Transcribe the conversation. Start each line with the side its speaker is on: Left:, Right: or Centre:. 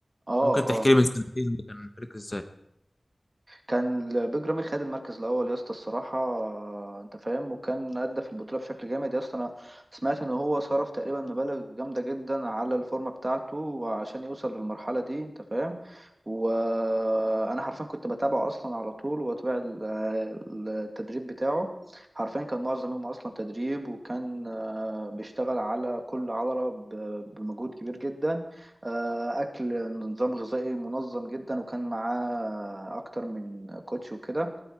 Right: اه
Left: ممكن تحكي
Right: آه.
Left: لي من سنتين ده كان مشارك ازاي؟
Right: كان البيج رامي خد المركز الاول يا اسطى الصراحه انت فاهم وكان ادى في البطوله بشكل جامد يا اسطى انا سمعت ان هو صرف تقريبا مبالغ جامده جدا على الفورمه بتاعته عشان يوصل للمرحله دي انت فاهم وانا حرفيا كنت بتابعه اصلا على طول واتابع ال- ال- التدريب بتاعه حرفيا كان معظم يومه اصلا تدريب وكان آه، بيشتغل على كل عضله ب- بمجهود كبير جدا آه، اكل نظام غذائي منظم جدا وكان معاه اكتر من كوتش وكده